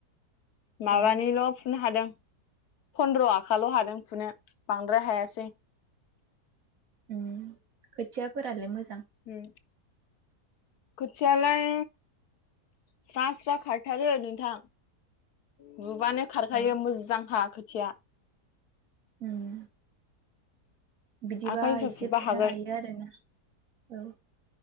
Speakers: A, on the left; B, on the right.
A: माबानिल'
B: अ
A: फुनो हादों फन्द्र' आखाल' हादों फुनो बांद्राय हायासै
B: उम खोथियाफोरालाय मो
A: उ खोथियालाय स्रा स्रा खारथारो नोंथां। बुबानो खारखायो
B: औ
A: मोजांखा खोथिया
B: उम बिदिबा
A: आखाइ हिसाब
B: एसे
A: फुबा
B: फुनो
A: हागोन
B: हायो आरोना औ